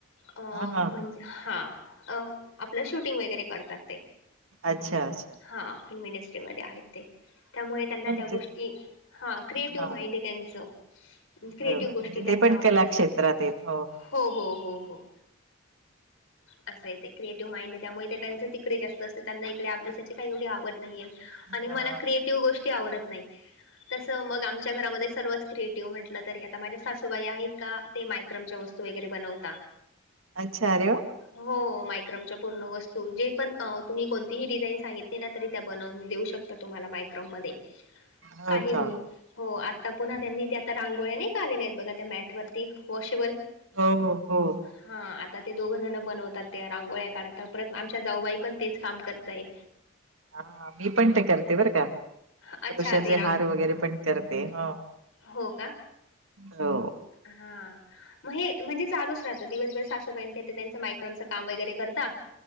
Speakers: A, on the left; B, on the right.
A: अं
B: हा हा
A: म्हणजे हा अं आपलं शूटिंग वगैरे करतात ते
B: अच्छा अच्छा
A: हा फिल्म इंडस्ट्रीमध्ये आहेत ते. त्यामुळे त्यांना
B: म्हणजे
A: त्या गोष्टी हा क्रिएटिव्ह
B: हा
A: माइंड आहे त्यांचं. क्रिएटिव्ह
B: बरोबर
A: गोष्टी
B: म्हणजे
A: त्यांना
B: ते पण
A: आवडत
B: कला
A: असता
B: क्षेत्रात आहेत
A: हो हो हो हो असंय ते क्रिएटिव्ह माइंड आहे त्यामुळे ते त्यांच तिकडे जास्त असत, त्यांना इकडे अभ्यासाची काही एवढी आवड नाहीय. आणि
B: हा
A: मला क्रिएटिव्ह गोष्टी आवडत नाही, तसं मग आमच्या घरामध्ये सर्वच क्रिएट ज्यो म्हटला तरी आता माझ्या सासूबाई आहेत का ते मायक्रोमच्या वस्तू वगैरे बनवता.
B: अच्छा अरे वा
A: हो मायक्रोमच्या पूर्ण वस्तू जे पण तुम्ही कोणतीही डिझाईन सांगितली ना तरी त्या बनवून देऊ शक ता तुम्हाला मायक्रोम मधे
B: हो
A: काहीही
B: का
A: हो आता पुन्हा त्यांनी ते आता रांगोळ्या नाही का आलेल्या आहेत बघा त्या मॅट वरती वॉशेबल
B: हो हो हो
A: हा आता ते दोघं जण बनवतात त्या रांगोळ्या काढता परत आमच्या जाऊबाई पण तेच काम करतय.
B: हा मी पण ते करते बरं का आणि
A: अच्छा
B: पुरुषाचे
A: ते रांग
B: हार वगैरे पण करते हो.
A: हो का
B: हो
A: हा म हे म्हणजे चालूच राहत. दिवसभर सासूबाई त्यां ते मायक्रोमच काम वगैरे करता